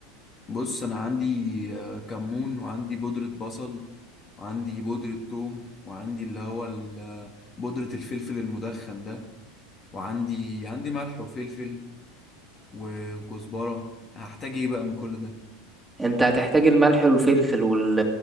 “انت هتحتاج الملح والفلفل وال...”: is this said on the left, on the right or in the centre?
Centre